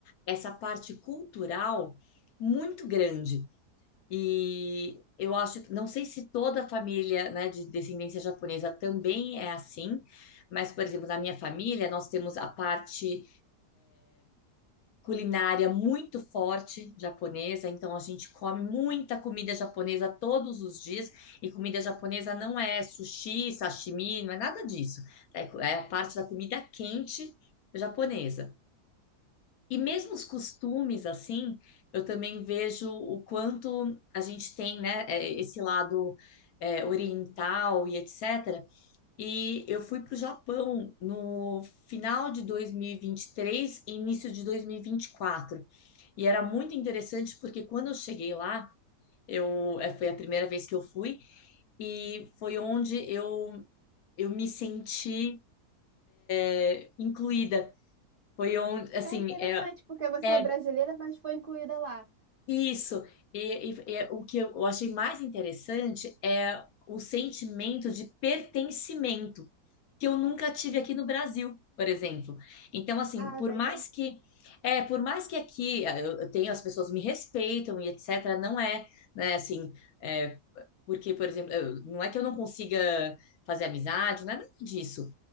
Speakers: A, on the left (about 70°); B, on the right (about 55°).
A: essa parte cultural muito grande. E eu acho que, não sei se toda a família, né, de descendência japonesa também é assim, mas, por exemplo, na minha família, nós temos a parte culinária muito forte japonesa, então a gente come muita comida japonesa todos os dias, e comida japonesa não é sushi, sashimi, não é nada disso. É, é a parte da comida quente japonesa. E mesmo os costumes, assim, eu também vejo o quanto a gente tem, né, é, esse lado é, oriental e etc. E eu fui para o Japão no final de 2023 e vinte e três e início de 2024. E era muito interessante porque quando eu cheguei lá, eu eh, foi a primeira vez que eu fui e foi onde eu eu me senti eh, incluída. Foi onde, assim,
B: É interessante,
A: é,
B: porque você
A: é
B: é brasileira, mas foi incluída lá.
A: isso. E, e- e o que eu achei mais interessante é o sentimento de pertencimento que eu nunca tive aqui no Brasil, por exemplo. Então, assim,
B: Ah,
A: por
B: mas
A: mais
B: eu-
A: que é, por mais que aqui ah, eu, eu tenho as pessoas me respeitam e etc, não é, né, assim, é, Porque, por exemplo, eu- não é que eu não consiga fazer amizade, não é nada disso.